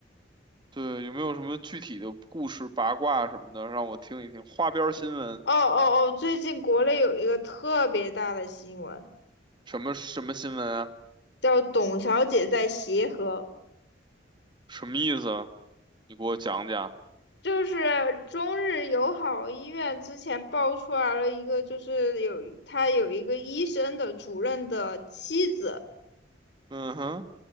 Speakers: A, on the right; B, on the left.
A: 对，有没有什么具体的故事、八卦什么的，让我听一听？花边儿新闻，
B: 哦哦哦，最近国内有一个特别大的新闻。
A: 什么什么新闻啊？
B: 叫董小姐在协和，
A: 什么意思啊？你给我讲讲。
B: 就是中日友好医院之前爆出来了一个，就是有他有一个医生的主任的妻子
A: 嗯哼，